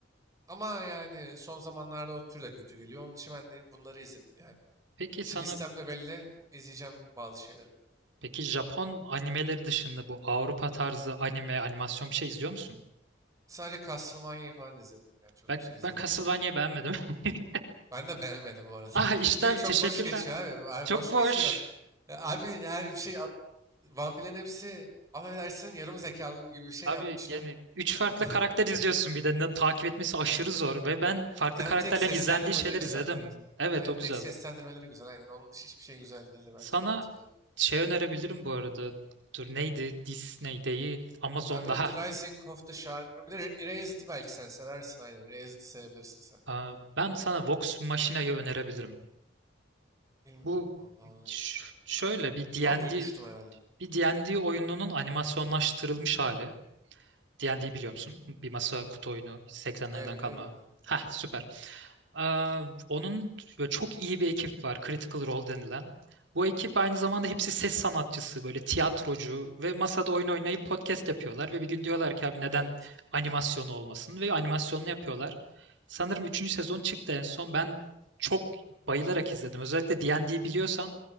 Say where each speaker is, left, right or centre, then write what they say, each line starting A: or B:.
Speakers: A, on the right; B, on the right.
A: Ama yani son zamanlarda o tür de kötü geliyor. Onun için ben de bunları izledim yani.
B: Peki
A: İşte
B: sana
A: listemde belli izleyeceğim bazı şeyleri.
B: peki Japon animeleri dışında bu Avrupa tarzı anime animasyon bir şey izliyor musun?
A: Sadece Castlevania'yı falan izledim. Yani çok
B: Ben
A: şey izlemedim.
B: ben Castlevania'yı beğenmedim. <laughs>
A: Ben de beğenmedim bu arada.
B: Ah
A: <laughs>
B: işte
A: Çünkü
B: abi,
A: çok
B: teşekkürler.
A: boş geçiyor abi. Abi
B: Çok
A: boş
B: boş.
A: geçiyor. E, Abi her bir şey ad- vampirlerin hepsi affedersin yarım zekalı gibi bir şey
B: Abi
A: yapmışlar.
B: yani üç farklı
A: E,
B: karakter
A: <laughs>
B: izliyorsun bir de takip etmesi aşırı
A: Evet.
B: zor ve ben farklı
A: Yani
B: karakterlerin
A: tek seslendirmeleri
B: izlendiği şeyler
A: güzel.
B: izledim. Evet
A: Aynen
B: o
A: tek
B: güzel.
A: seslendirmeleri güzel. Aynen onun dışı hiçbir şey güzel değildi bence
B: Sana
A: de katılıyorum.
B: şey önerebilirim bu arada. Dur neydi? Disney değil. Amazon
A: Ha, bir
B: daha.
A: de The Rising of the Shard. Bir de Erased'ı belki sen seversin aynen. Erased'ı sevebilirsin sen.
B: Aa, Ben sana Vox Machina'yı önerebilirim.
A: Bilmiyorum
B: Bu
A: vallahi onu
B: ş-
A: sevemedim.
B: şöyle bir D&D
A: Ama duymuştum herhalde.
B: bir D&D oyununun animasyonlaştırılmış hali. D&D biliyor musun? Bir masa kutu oyunu 80'lerden
A: Evet biliyorum.
B: kalma. Hah
A: Aynen.
B: süper. Aa, onun böyle çok iyi bir ekip var. Critical Role denilen. Bu ekip aynı zamanda hepsi ses sanatçısı, böyle tiyatrocu ve masada oyun oynayıp podcast yapıyorlar ve bir gün diyorlar ki abi neden
A: Evet.
B: animasyonu olmasın ve animasyonunu yapıyorlar. Sanırım üçüncü sezon çıktı en son. Ben çok bayılarak izledim. Özellikle D&D biliyorsan